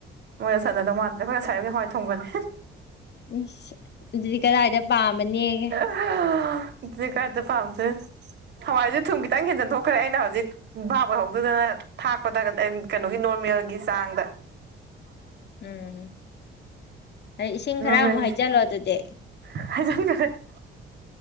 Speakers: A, on the right; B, on the left.
A: ꯃꯣꯏꯗ ꯆꯟꯅꯗꯧ ꯃꯥꯟꯗ‌꯭ꯔꯦ ꯃꯣꯏ ꯉꯁꯥꯏ ꯌꯨꯛꯀꯤ ꯍꯋꯥꯏ ꯊꯣꯡꯕꯅꯦ
B: ꯏꯁ ꯑꯗꯨꯗꯤ ꯀꯗꯥꯏꯗ ꯄꯥꯝꯃꯅꯦꯒꯦ
A: ꯑꯗꯨꯗꯤ ꯀꯔꯥꯏꯗ ꯄꯥꯝꯗꯣꯏꯕ ꯍꯋꯥꯏꯖꯨ ꯊꯨꯝ ꯈꯤꯇꯪ ꯍꯦꯟꯖꯤꯟ ꯊꯣꯛꯈ꯭ꯔꯦ ꯑꯩꯅ ꯍꯧꯖꯤꯛ ꯚꯥꯞ ꯑꯣꯏꯍꯧꯗꯗꯅ ꯊꯥꯛꯄꯗ ꯑꯟ ꯀꯩꯅꯣꯒꯤ ꯅꯣꯔꯃꯦꯜꯒꯤ ꯆꯥꯡ
B: ꯎꯝ ꯑꯩ ꯏꯁꯤꯡ ꯈꯔ
A: ꯅꯣꯔꯃꯦꯜꯒꯤ
B: ꯑꯃꯨꯛ ꯍꯩꯖꯜꯂꯣ ꯑꯗꯨꯗꯤ
A: <unintelligible>